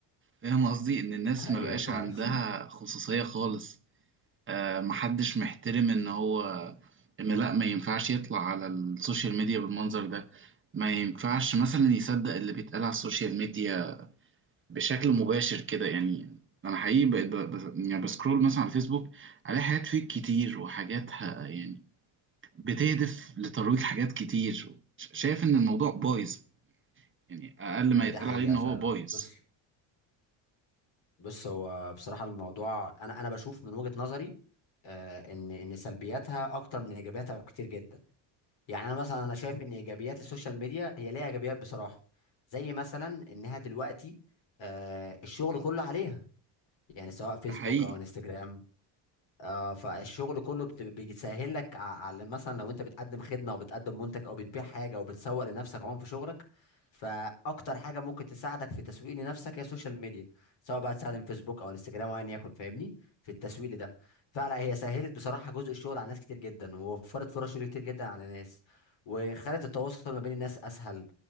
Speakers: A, on the right; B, on the left.
A: فاهم قصدي إن الناس
B: <laughs> ايوه
A: ما بقاش
B: فعلا
A: عندها خصوصية خالص آه، محدش محترم إن هو إن لأ ما ينفعش يطلع على السوشيال ميديا بالمنظر ده ما ينفعش مثلا يصدق اللي بيتقال على السوشيال ميديا بشكل مباشر كده يعني أنا حقيقي بقيت ب- بس- يعني بسكرول مثلا على الفيسبوك ألاقي حاجات فيك كتير وحاجات ه- يعني بتهدف لترويج حاجات كتير ش- شايف ان الموضوع بايظ يعني اقل
B: ده
A: ما يتقال
B: حقيقة
A: عليه ان
B: فعلا
A: هو بايظ
B: بص بص هو بصراحة الموضوع أنا أنا بشوف من وجهة نظري آه، إن إن سلبياتها أكتر من إيجابياتها كتير جدا يعني أنا مثلا أنا شايف إن إيجابيات السوشيال ميديا هي ليها إيجابيات بصراحة زي مثلا إنها دلوقتي آه، الشغل كله عليها يعني سواء فيسبوك
A: ده حقيقي
B: أو انستجرام آه فالشغل كله بت- بيسهل لك ع- على مثلا لو انت بتقدم خدمه او بتقدم منتج او بتبيع حاجه او بتسوق لنفسك عموما في شغلك فاكتر حاجه ممكن تساعدك في تسويق لنفسك هي السوشيال ميديا سواء بقى تستخدم فيسبوك او انستجرام او ايا يكن فاهمني في التسويق ده فعلا هي سهلت بصراحه جزء الشغل على ناس كتير جدا ووفرت فرص شغل كتير جدا على ناس وخلت التواصل ما بين الناس اسهل